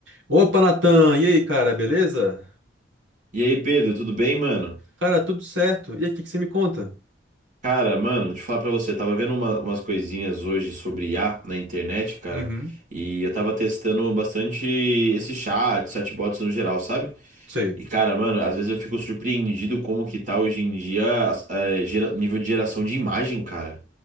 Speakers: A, on the right; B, on the right.
A: Opa, Natan! E aí, cara, beleza?
B: E aí, Pedro, tudo bem, mano?
A: Cara, tudo certo. E aí, o que que você me conta?
B: Cara, mano, deixa eu falar pra você, eu tava vendo uma- umas coisinhas hoje sobre I a na internet, cara,
A: Uhum.
B: e eu tava testando bastante esse chat, chatbots no geral, sabe?
A: Sei.
B: E, cara, mano, às vezes eu fico surpreendido como que tá hoje em dia as- é, gera- nível de geração de imagem, cara.